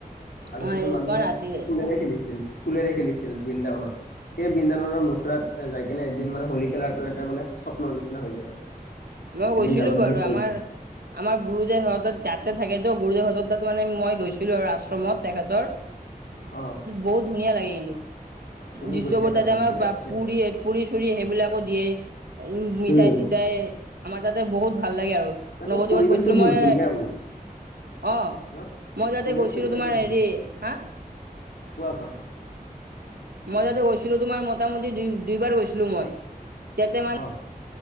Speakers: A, on the left; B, on the right.
A: আগতেতো
B: অ এনেকুৱা
A: মানুহে
B: নাছিলে
A: ফুলেৰে খেলিছিল ফুলেৰে খেলিছিল বৃন্দাবনত। সেই বৃন্দাবনৰ মথুৰাত যাই কিনে এদিন মানে হোলী খেলাটো এটা মানে স্বপ্নৰ নিচিনা হৈ যায় আৰু।
B: মই
A: এদিন
B: গৈছিলো
A: যাম বুলি
B: বাৰু
A: ভাবিছো
B: আমাৰ আমাৰ গুৰুদেৱহঁত তাতে থাকেটো গুৰুদেৱহঁত তাত মানে মই গৈছিলো আৰু আ মত তেখেতৰ
A: অ
B: বহুত ধুনীয়া লাগে কিন্তু
A: তুমি
B: দৃশ্যবোৰ
A: গৈছাই তাৰমানে
B: তাতে আমাৰ
A: দিয়া ঠিকে আছে।
B: পুৰি পুৰি চুৰি সেইবিলাকো দিয়ে উম, মিঠাই
A: উম,
B: চিঠাই আমাৰ তাতে বহুত ভাল লাগে আৰু
A: তাতে
B: নৱদ্বীপত
A: পৰিৱেশটো
B: গৈছিলো
A: বহুত
B: মই
A: ধুনীয়া বোলে
B: অ',
A: ন
B: মই তাতে
A: পৰিৱেশটো
B: গৈছিলো তোমাৰ
A: বহুত ধুনীয়া
B: হাঁ?
A: কোৱা কোৱা
B: মই যাতে গৈছিলোঁ তোমাৰ মোটামুটি দুই দুইবাৰ গৈছিলোঁ মই, তাতে মানে
A: অ